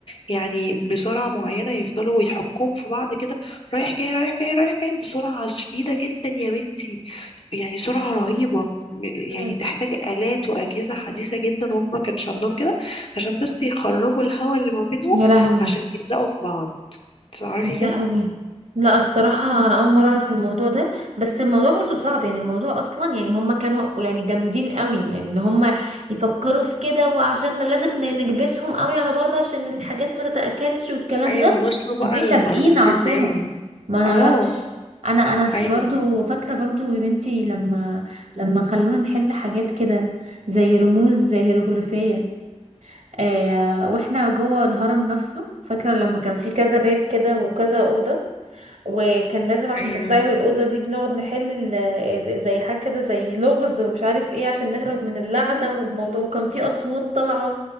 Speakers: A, on the left (about 50°); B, on the right (about 75°).
A: يعني بسرعة معينة يفضلوا يحكوهم في بعض كده رايح جاي رايح جاي رايح جاي بسرعة شديدة جدا يا بنتي يعني سرعة رهيبة
B: مم.
A: يعني تحتاج آلات وأجهزة حديثة جدا وهم ما كانش عندهم كده عشان بس يخرجوا الهواء اللي ما بينهم
B: يا لهوي
A: عشان يلزقوا في بعض تعرفي
B: يا لهوي
A: كده
B: لا الصراحة أنا أول مرة أعرف الموضوع ده بس الموضوع برضو صعب يعني الموضوع أصلا يعني هما كانوا يعني جامدين قوي يعني إن هما يفكروا في كده وعشان لازم ن- نكبسهم قوي على بعض عشان الحاجات ما تتأكلش والكلام
A: ايوه
B: ده
A: وصلوا بقى
B: دي
A: للمعلومات
B: سابقين عصرهم
A: دي ازاي
B: ما نعرفش
A: اه
B: أنا أنا ف-
A: ايوه
B: برضو فاكرة برضو يا بنتي لما لما خلونا نحل حاجات كده زي رموز هيروغليفية آه واحنا جوه الهرم نفسه فاكرة لما كان في كذا باب كده وكذا أوضة وكان لازم عشان
A: ايوه
B: تطلعي من الأوضة دي بنقعد نحل ال- ال- زي حاجة كده زي لغز ومش عارف ايه عشان نهرب من اللعنة والموضوع وكان في أصوات طالعة